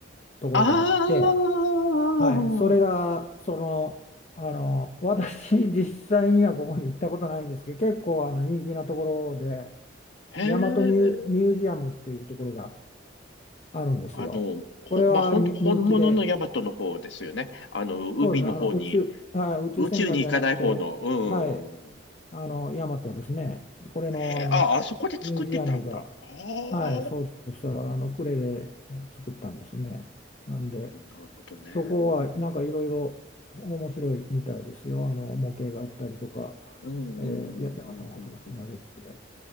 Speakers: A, on the left (about 35°); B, on the left (about 70°).
A: ところがあって、
B: ああ、
A: はい、それが、その、あの、私、実際にはここに行ったことないんですけど、結構あの人気なところで、
B: へえ、
A: 大和ミュー、ミュージアムっていうところがあるんですよ。
B: あの、ほ、
A: これはに人気で、
B: まあ、ほん、本物のヤマトの方ですよね。あの、海の方に、
A: そうですねあの宇宙、あ、宇宙戦艦じゃなくて、
B: 宇宙に行かない方の、
A: はい、
B: うん。
A: あの、大和ですね、これの、
B: へえ、
A: あの
B: あ、あそこで作ってたんだ。
A: ミュージアムが、
B: あ
A: はい、
B: あ、
A: そうです、あの、呉でえ作ったんですね。なんで、
B: なるほどね。
A: そこはなんかいろいろ面白いみたいですよ。
B: う
A: あの模型があったりとか、
B: んうんうんうんうんうん
A: えー、や大和のことが知られて、